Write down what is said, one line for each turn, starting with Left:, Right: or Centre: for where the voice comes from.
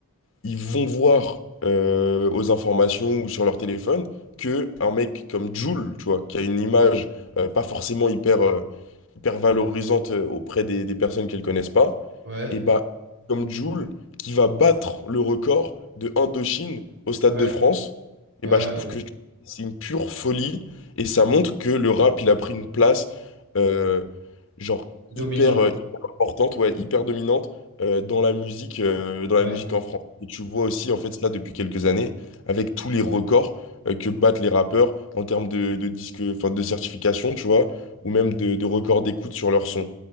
Left: ils vont voir euh, aux informations ou sur leur téléphone que un mec comme Jul, tu vois, qui a une image euh, pas forcément hyper, euh, hyper valorisante euh, auprès des, des personnes qu'elles connaissent pas,
Right: ouais,
Left: et bah, comme Jul, qui va battre le record de Indochine au Stade
Right: ouais,
Left: de France,
Right: ouais,
Left: et bah, je trouve
Right: ouais.
Left: que c'est une pure folie et ça montre que le rap, il a pris une place euh, genre
Right: dominante.
Left: hyper, euh, hyper importante, ouais, hyper dominante euh, dans la musique, euh, dans
Right: Ouais.
Left: la musique en France. Et tu vois aussi en fait ça depuis quelques années avec tous les records euh, que battent les rappeurs en termes de, de disque, enfin de certification, tu vois, ou même de, de records d'écoute sur leur son.